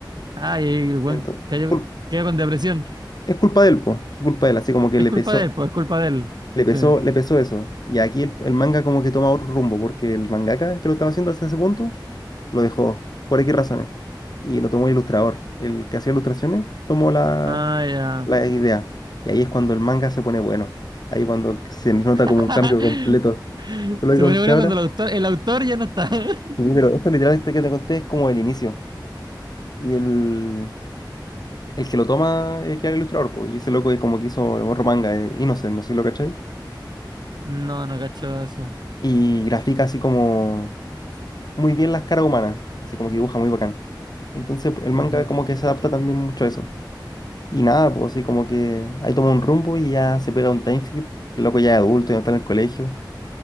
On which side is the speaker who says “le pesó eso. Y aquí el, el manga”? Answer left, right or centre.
Left